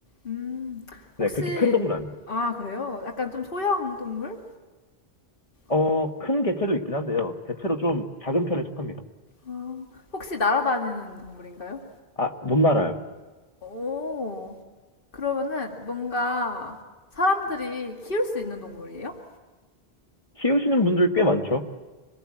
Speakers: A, on the left; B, on the left.
A: 음, 혹시,
B: 네, 그렇게 큰 동물 아니에요.
A: 아, 그래요? 약간 좀 소형 동물?
B: 어,
A: 어,
B: 큰 개체도 있긴 한데요. 대체로 좀 작은 편에 속합니다.
A: 어, 혹시 날아다니는 동물인가요?
B: 아, 못 날아요.
A: 오, 그러면은 뭔가 사람들이 키울 수 있는 동물이에요?
B: 키우시는 분들 꽤 많죠.